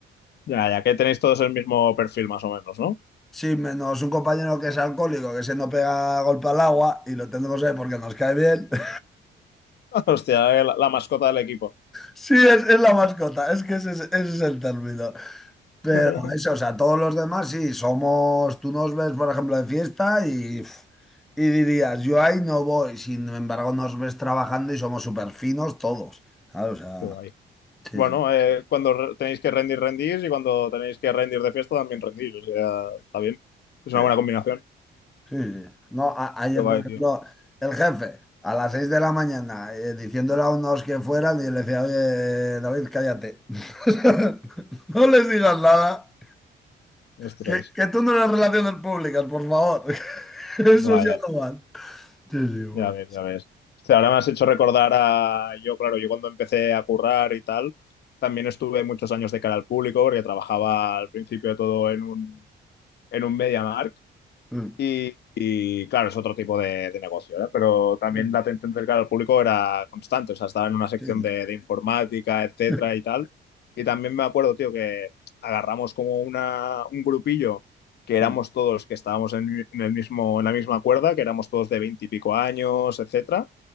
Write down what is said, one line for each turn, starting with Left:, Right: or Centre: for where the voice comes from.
Left: ya, ya que tenéis todos el mismo perfil más o menos, ¿no?
Centre: sí, menos un compañero que es alcohólico, que se nos pega golpe al agua y lo tenemos ahí porque nos cae bien. <laughs>
Left: <laughs> Hostia, eh, la, la mascota del equipo.
Centre: Sí, es, es la mascota, es que ese es, ese es el término. Pero
Left: <laughs>
Centre: eso, o sea, todos los demás sí, somos, tú nos ves, por ejemplo, de fiesta y, y dirías, yo ahí no voy, sin embargo nos ves trabajando y somos súper finos todos, ¿sabes? O sea,
Left: Qué guay.
Centre: sí,
Left: Bueno,
Centre: sí,
Left: eh, cuando re- tenéis que rendir, rendís y cuando tenéis que rendir de fiesta también rendís. O sea, está bien. Es
Centre: sí,
Left: una buena combinación.
Centre: sí, sí. No, a- ayer,
Left: Qué guay,
Centre: por ejemplo,
Left: tío.
Centre: el jefe, a las 6 de la mañana, eh, diciéndole a unos que fueran, y le decía, oye, David, cállate. <laughs> No les digas nada,
Left: Ostras.
Centre: que, que tú no eres relaciones públicas, por favor. <laughs> Eso
Left: Vaya,
Centre: ya no van. Sí,
Left: ya ves,
Centre: sí,
Left: ya ves. Hostia, ahora me has hecho recordar a yo, claro, yo cuando empecé a currar y tal, también estuve muchos años de cara al público porque trabajaba al principio todo en un, en un MediaMarkt
Centre: bueno.
Left: Y, y, claro, es otro tipo de, de negocio, ¿eh? Pero también
Centre: Mm,
Left: date a entender que al público era constante, o sea, estaba en una sección
Centre: Sí, sí.
Left: de, de informática, etcétera
Centre: <laughs>
Left: y tal. Y también me acuerdo, tío, que agarramos como una, un grupillo que éramos
Centre: Mm,
Left: todos que estábamos en, en el mismo, en la misma cuerda, que éramos todos de veinte y pico años, etcétera